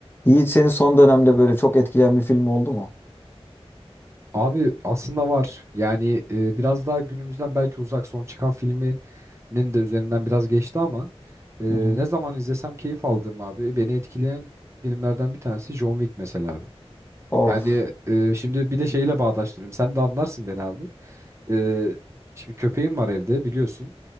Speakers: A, on the left; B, on the right.
A: Yiğit seni son dönemde böyle çok etkileyen bir film oldu mu?
B: Abi aslında var. Yani e, biraz daha günümüzden belki uzak son çıkan filminin de üzerinden biraz geçti ama e,
A: Hı hı.
B: ne zaman izlesem keyif aldığım abi beni etkileyen filmlerden bir tanesi John Wick mesela abi.
A: Of.
B: Yani e, şimdi bir de şeyle bağdaştırayım. Sen de anlarsın beni abi. E, şimdi köpeğim var evde biliyorsun.